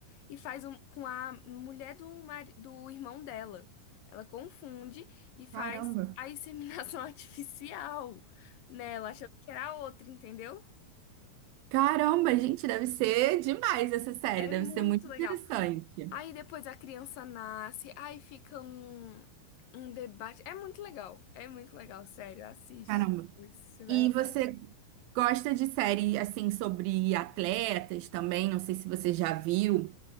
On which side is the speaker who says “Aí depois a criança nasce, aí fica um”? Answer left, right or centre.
Left